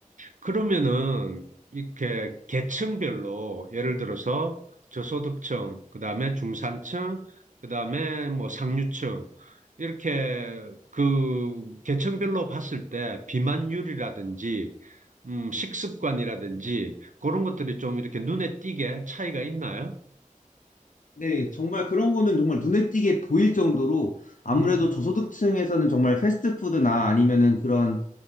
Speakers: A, on the right (about 65°); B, on the left (about 65°).
A: 그러면은 이렇게 계층별로 예를 들어서 저소득층, 그다음에 중산층, 그다음에 뭐 상류층 이렇게 그 계층별로 봤을 때 비만율이라든지 음, 식습관이라든지 그런 것들이 좀 이렇게 눈에 띄게 차이가 있나요?
B: 네, 정말 그런 거는 정말 눈에 띄게 보일 정도로 아무래도
A: 음,
B: 저소득층에서는 정말 패스트푸드나 아니면은 그런